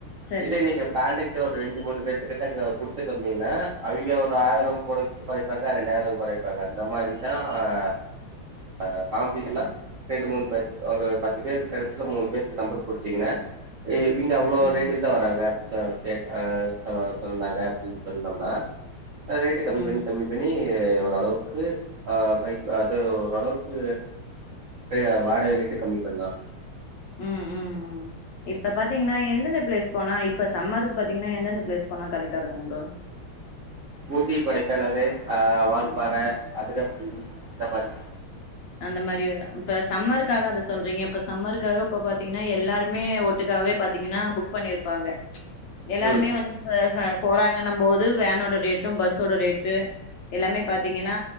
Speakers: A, on the left; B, on the right.
A: சரிங்க
B: இதே நீங்க காண்டெக்ட் டு ஒரு ரெண்டு மூணு பேத்துக்கிட்ட த குடுத்துட்டு வந்தீங்ன்னா அவிங்க ஒரு ஆயிர குடு கொறைப்பாங்க ரெண்டாயிர கொறைப்பாங்க அந்த மாரிதா ஆஹ் அ காம்ப்டி ஃபுல்லா ரெண்டு மூணு பேத் ஒரு பத்து பேருக்கத்துல மூணு பேத்துக்கு நம்பர் குடுத்திங்கன்னா எ இங்க அவ்ளோ
A: ம்
B: ரேட்டுக்கு தா வராங்க ஆஹ் கேட் ஆஹ் ஆஹ் சொன்னாங்க அப்டின் சொன்னம்ன்னா ஆஹ் ரேட்டு கம்மி
A: ம்
B: பண்ணி கம்மி பண்ணி ஏ ஓரளவுக்கு ஆஹ் பை அது ஓரளவுக்கு பே வாடக ரேட்டு கம்மி பண்லா
A: உம் உம் உம் இப்ப பாத்தீங்கன்னா எந்தெந்த பிளேஸ் போனா இப்ப சம்மருக்கு பாத்தீங்கன்னா எந்தெந்த பிளேஸ் போனா கரெட்டா இருக்கும் ப்ரோ
B: ஊட்டி கொடைக்கானலு ஆஹ் வாழ்பாற
A: ம்
B: அதிரப்பள்ளி இந்த மாரி
A: அந்த மாரி இப்ப சம்மருக்காக அத சொல்றீங்க இப்ப சம்மருக்காக இப்ப பாத்தீங்ன்னா எல்லாருமே ஒட்டுக்காவே பாத்தீங்கன்னா புக் பண்ணிருப்பாங்க எல்லாருமே
B: ம்
A: வந் <unintelligible> போறாங்கன்ன போது வேனோட ரேட்டும் பஸ்ஸோட ரேட்டு எல்லாமே பாத்தீங்கன்னா